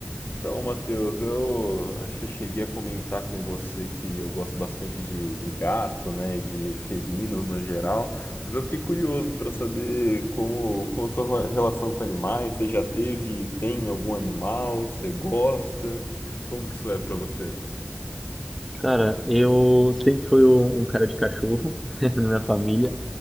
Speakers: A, on the left; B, in the centre.
A: Então, Matheus, eu acho que eu cheguei a comentar com você que eu gosto bastante de, de gato, né, de felinos no geral, mas eu fiquei curioso para saber como, como a sua relação com animais, você já teve, tem algum animal, você gosta, como que isso é para você?
B: Cara, eu sempre fui um um cara de cachorro <laughs> na minha família,